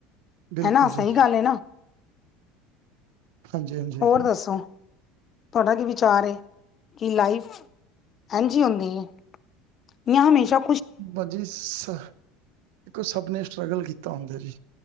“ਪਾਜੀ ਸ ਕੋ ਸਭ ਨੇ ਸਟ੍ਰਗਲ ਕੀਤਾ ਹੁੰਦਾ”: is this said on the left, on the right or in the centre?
Right